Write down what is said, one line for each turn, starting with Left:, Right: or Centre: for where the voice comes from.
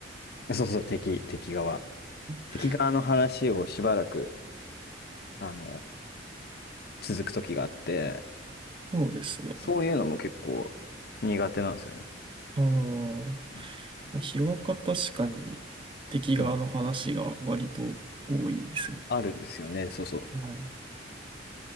Left: で。そうそう、敵、敵側。敵側の話をしばらく、
Right: あ、
Left: あの、続くときがあって、
Right: そうですね。
Left: そういうのも結構苦手なんですよね。
Right: あ
Left: うん
Right: あ、ヒロアカ確かに敵側の話が割と多いですよね。
Left: うん。あるんですよね、そうそう。
Right: はい。